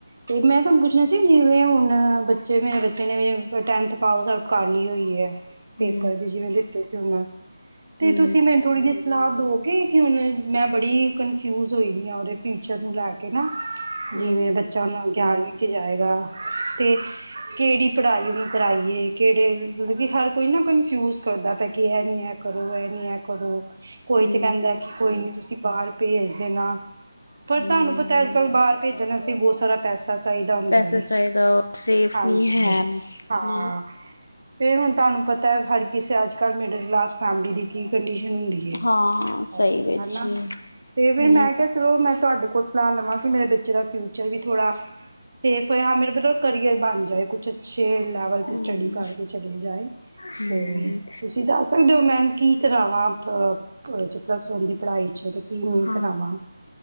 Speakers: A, on the right; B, on the left.
A: ਤੇ ਮੈਂ, ਤੁਹਾਨੂੰ ਪੁੱਛਣਾ ਸੀ, ਜਿਵੇਂ ਹੁਣ ਬੱਚੇ ਮੇਰੇ ਬੱਚੇ ਨੇ ਟੈਂਥ ਪਾਸ ਆਊ ਕਰਲੀ ਹੋਈ ਹੈ, ਪੇਪਰ
B: ਹੂੰ
A: ਦੇ ਜਿਵੇਂ ਦਿੱਤੇ ਸੀ, ਉਹਨੇ ਤੇ
B: ਹੂੰ
A: ਤੁਸੀਂ ਮੈਨੂੰ ਥੋੜੀ ਸਲਾਹ ਦੋਗੇ ਕਿ, ਮੈਂ ਬੜੀ ਕਨਫਿਊਜ ਹੋਈ ਦੀ ਆ ਉਹਦੇ ਫਿਊਚਰ ਨੂੰ ਲੈ ਕੇ ਨਾ।
B: ਹੂੰ
A: ਜਿਵੇਂ ਬੱਚਾ ਹੁਨ, ਗਿਆਰਵੀਂ 'ਚ ਜਾਏਗਾ, ਤੇ ਕਿਹੜੀ ਪੜਾਈ ਵੀ, ਕਰਾਈਏ ਕਿਹੜੇ ਮਤਲਬ ਕਿ ਹਰ ਕੋਈ ਨਾ, ਕਨਫਿਊਜ ਕਰਦਾ ਪੇਐ ਕਿ ਐਹ ਨੀ ਹੈ। ਕਰੋ ਐਨ ਨੀ, ਐ ਕਰੋ ਕੋਈ
B: ਹੂੰ
A: ਤੇ ਕਹਿੰਦਾ ਕਿ ਕੋਈ ਨੀ, ਤੁਸੀਂ ਬਾਹਰ ਭੇਜ ਦੇਣਾ ਪਰ
B: ਹੂੰ
A: ਤੁਹਾਨੂੰ ਪਤਾ। ਕੱਲ ਬਾਹਰ
B: ਹੋ
A: ਭੇਜਣ ਵਾਸਤੇ, ਬੋਤ
B: ਗਿਆ
A: ਸਾਰਾ ਪੈਸਾ ਚਾਈਦਾ ਹੁੰਦਾ
B: ਪੈਸਾ
A: ਹੈ,
B: ਚਾਹੀਦਾ ਸੇਫ
A: ਹਾਂਜੀ
B: ਨਹੀਂ ਹੈ
A: ਹਾਂ।
B: ਨਾ
A: ਫੇਰ ਹੁਣ ਤੁਹਾਨੂੰ ਪਤਾ ਹਰ ਕਿਸੇ ਅੱਜ ਕੱਲ ਮਿਡਲ ਕਲਾਸ ਫੈਮਲੀ ਦੀ, ਕੀ ਕੰਡੀਸ਼ਨ ਹੁੰਦੀ।
B: ਹਾਂ ਸਹੀ
A: ਅੱਛਾ
B: ਵਿੱਚ
A: ਹਨਾ ਤੇ ਫਿਰ
B: ਨਹੀਂ
A: ਮੈਂ, ਕਿਹਾ ਚਲੋ ਮੈਂ ਤੁਹਾਡੇ ਕੋਲ ਸਲਾਹ ਲਵਾਂ ਕਿ ਮੇਰੇ ਬੱਚੇ ਬੱਚੇ ਦਾ, ਫਿਊਚਰ ਵੀ ਥੋੜ੍ਹਾ ਸੇਫ ਹੋਏਆ ਮੇਰੇ ਫੇਰ ਕਰੀਅਰ ਬਣ ਜਾਏ ਕੁਛ ਅੱਛੇ ਲੈਵਲ
B: ਹਮ
A: ਤੇ, ਸਟੱਡੀ ਕਰਕੇ ਚਲੇ ਜਾਏ।
B: ਹਮ
A: ਤੇ, ਤੁਸੀਂ ਦੱਸ ਸਕਦੇ ਹੋ ਮੈ ਕੀ ਕਰਾਵਾਂ ਪਲੱਸ ਵਨ ਦੀ, ਪੜਾਈ ' ਤੇ ਕੀ ਨਹੀਂ
B: ਹਾਂ
A: ਕਰਾਵਾਂ?